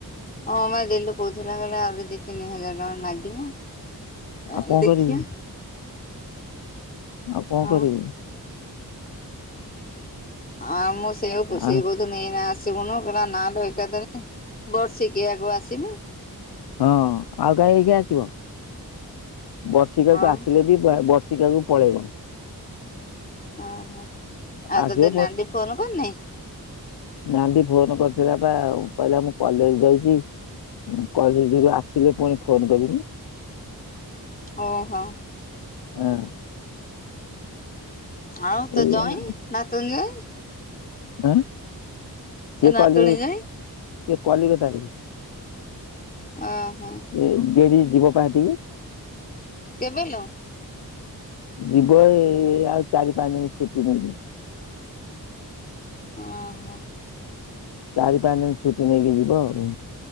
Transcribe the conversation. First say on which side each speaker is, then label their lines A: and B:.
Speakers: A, on the left (about 25°); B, on the left (about 85°).
A: ହଁ ମା ଦିଲୁ କହୁଥିଲା କହିଲା ଆହୁରି ଦି ତିନି ହଜାର ଟଙ୍କା ଲାଗିବ। <unintelligible>
B: ଆଉ କଣ
A: ଦେଖିବା।
B: କରିବୁ ଆଉ କଣ
A: ହଁ।
B: କରିବି।
A: ହଁ ମୁଁ ସେୟେକୁ
B: ଆଉ
A: <unintelligible> ତୁ ଏଇନା ଆସିବୁନୁ କହିଲା ନା ଲୋ ଏକାଥରେ ବସିକିୟାକୁ ଆସିବି।
B: ହଁ ଆଉ କାହିଁ ଏଇକି ଆସିବ ବର୍ଷିକାକୁ
A: ଆଉ
B: ଆସିଲେ ବି ବର୍ଷିକାକୁ ପଳେଇବ।
A: ଓ ହୋ ଆଉ
B: ଆସିବ
A: ତତେ ନାଡି ଫୋନ କରନି?
B: ନାନ୍ଦି ଫୋନ କରିଥିଲା ବା କହିଲା ମୁଁ କଲେଜ ଯାଇଛି। କଲେଜେ ରୁ ଆସିକି ଫୁଣି ଫୋନ୍ କରିବି।
A: ଓହୋ।
B: ହଁ।
A: ଆଉ ତୋ
B: ଏଇଆ
A: ଜ୍ୱାଇଁ ନାତୁଣୀ ଜ୍ୱାଇଁ?
B: ଆଁ ସସେ
A: ତୋ ନାତୁଣୀ
B: କଲି ସେ
A: ଜଇଁ
B: କାଲିକତାରେ।
A: ଓହୋ।
B: ଏବେବି ଯିବ କାଁକତିକି?
A: କେବେଲ?
B: ଯିବ ଏ ଆଉ ଚାରି ପାଞ୍ଚ ଦିନ ଛୁଟି ନେଇକି।
A: ଓହୋ।
B: ଚାରି ପାଞ୍ଚ ଦିନ ଛୁଟି ନେଇକି ଯିବ ଆଉ।